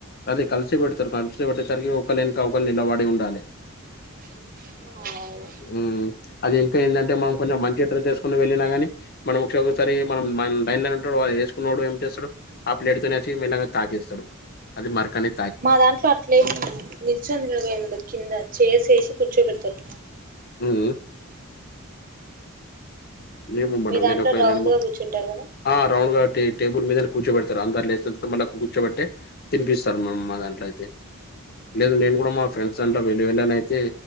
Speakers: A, on the left; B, on the right.
A: అదే కలిసే పెడతారు కలిసి పెట్టేసరికి ఒకలెనుక ఒకల్ నిలబడి ఉండాలె
B: ఆ అవు
A: ఊ అది ఇంకా ఏందంటే మనం కొంచెం మంచిగా డ్రెస్ చేసుకుని వెళ్ళినా గాని మనం ఒకసే ఒకసారి మనం మన డైన్లో నే ఉంటాడు వా ఏసుకునోడు ఏం చేస్తాడు ఆ ప్లేట్ తోనే వచ్చి మెల్లంగా తాకేస్తాడు అది మరకనే
B: మా దాంట్లో అట్లేం నిల్చోని తినడం ఏం ఉండదు కింద చైర్స్ ఏసి కూర్చోబెడతారు
A: ఊ ఊ ఏమో మేడం
B: మీ దాంట్లో
A: నేను ఒక
B: రౌండ్గా
A: నేను
B: కూర్చుంటారు కదా
A: ఆ రౌండ్ గా టే టేబుల్ మీదనే కూర్చోబడతారు అందరు లేేసిన తరాత మళ్ళ కూర్చోబెట్టి తినిపిస్తారు మ మా దాంట్లో అయితే లేదు నేను కూడా మా ఫ్రెండ్స్ దాంట్లో వెళ్ళి వెళ్ళానైతే